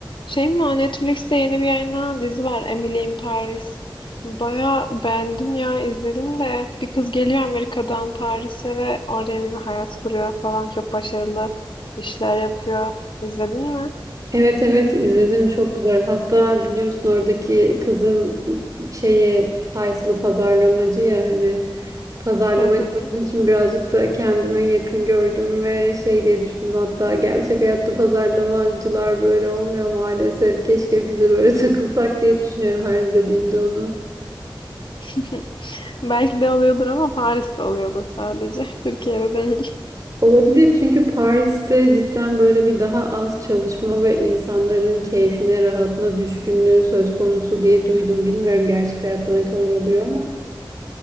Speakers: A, on the left; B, on the right.
A: Şey mi Netflix'te yeni bir yayınlanan dizi var Emily in Paris. Baya beğendim ya izledim de bir kız geliyor Amerika'dan Paris'e ve orada yeni bir hayat kuruyor falan çok başarılı işler yapıyor. İzledin mi?
B: Evet evet izledim çok güzel. Hatta biliyorsun oradaki kızın şeyi title'ı pazarlamacı ya hani pazarlamacı
A: Hı hı.
B: olduğu için birazcık da kendime yakın gördüm ve şey diye düşündüm hatta gerçek hayatta pazarlamacılar böyle olmuyor maalesef. Keşke biz de böyle <laughs> takılsak diye düşünüyorum her izlediğimde onu.
A: <laughs> Belki de oluyordur ama Paris'te oluyordur sadece. <laughs> Türkiye'de değil.
B: Olabilir çünkü Paris'te cidden böyle bir daha az çalışma ve insanların keyfine, rahatına düşkünlüğü söz konusu diye duydum. Bilmiyorum gerçek hayatta ne kadar oluyor ama